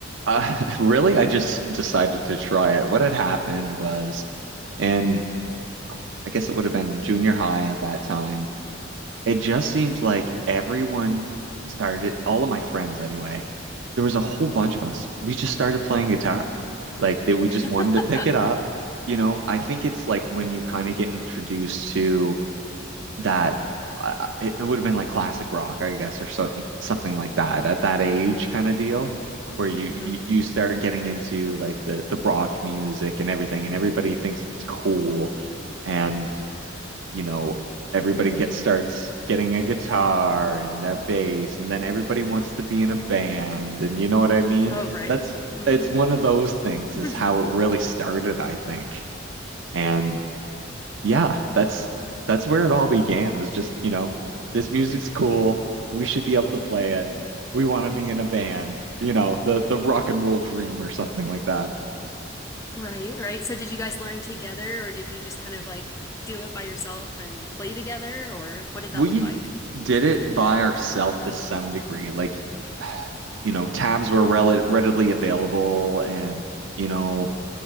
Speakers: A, on the right; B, on the left.
A: Uh, <laughs> really, I just decided to try it. What had happened was, and I guess it would have been junior high at that time. It just seems like everyone started, all of my friends anyway, there was a whole bunch of us. We just started playing guitar. Like that we
B: <laughs>
A: just wanted to pick it up. You know, I think it's like when you kind of get introduced to that uh, it, it would have been like classic rock, I guess, or something something like that at that age kind of deal where you,
B: Mm-hmm.
A: you you start getting into like the the rock music and everything and everybody thinks it's cool. And you know, everybody get starts getting a guitar and a bass, and then everybody wants to be in a band, and you know what I mean?
B: Oh, right.
A: That's
B: Mm-hmm.
A: it's one of those things
B: <laughs>
A: is how it really started, I think. And yeah, that's that's where it all began was just, you know, this music's cool. We should be able to play it. We want to be in a band, you know, the the rock and roll dream or something like that.
B: Right, right. So did you guys learn together or did you just kind of like do it by yourself and play together or what did
A: we
B: that look like?
A: did
B: <clears throat>
A: it by ourselves to some degree. Like, <sighs> you know, tabs were rel readily available and, you know,